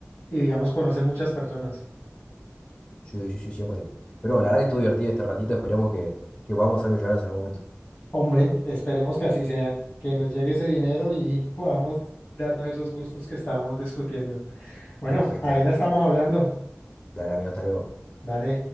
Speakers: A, on the left (about 50°); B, on the left (about 25°).
A: y digamos, conoce muchas personas.
B: Sí, sí, sí, 100%. Pero bueno, la verdad que estuvo divertido este ratito. Esperemos que, que podamos ser millonarios en algún momento.
A: Hombre, esperemos que así sea, que nos llegue ese dinero y podamos darnos esos gustos que estamos discutiendo. Bueno,
B: Perfecto,
A: ahí
B: David.
A: la estamos hablando.
B: Dale, amigo, hasta luego.
A: Dale.